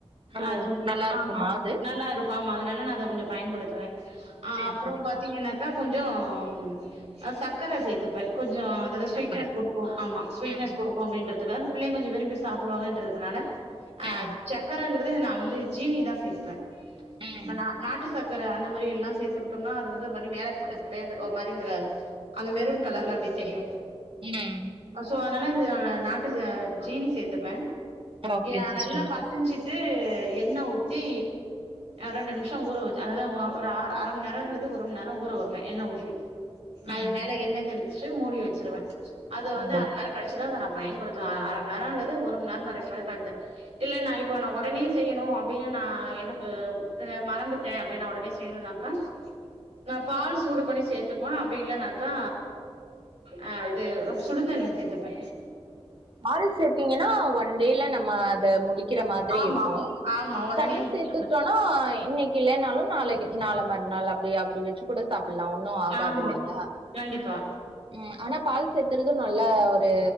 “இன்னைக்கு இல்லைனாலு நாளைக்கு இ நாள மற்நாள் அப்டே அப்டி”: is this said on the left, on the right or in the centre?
Right